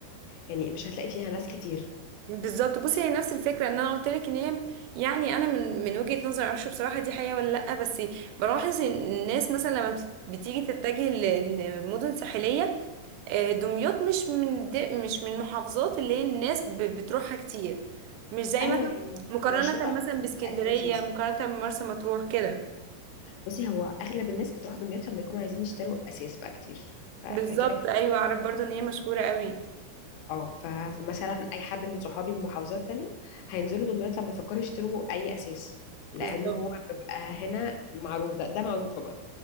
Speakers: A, on the left; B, on the right.
A: يعني مش هتلاقي فيها ناس كتير
B: بالظبط بصي هي نفس الفكره ان انا قلت لك ان هي يعني انا من من وجهه نظري معرفش بصراحه دي حقيقه ولا لا بس بلاحظ ان الناس مثلا لما بت- بتيجي تتجه ل- لمدن ساحليه آه، دمياط مش من الد- مش من المحافظات اللي هي الناس ب- بتروحها كتير مش زي
A: ايوه
B: مثلا
A: هي
B: مقارنه
A: مشهوره أكتر
B: مثلا باسكندريه
A: بالاساس مثلا
B: مقارنه بمرسى مطروح كده
A: بصي هو اغلب الناس بتروح دمياط لما يكونوا عايزين يشتروا اساس بقى كتير ف-
B: بالظبط
A: فكده كده
B: ايوه اعرف برضو ان هي مشهوره قوي
A: اه ف... فمثلا اي حد من صحابي من محافظات تانية هينزلوا دمياط لما يفكروا يشتروا اي اساس لانه
B: بالظبط
A: هو بيبقى هنا معروف ده ده معروفه بقى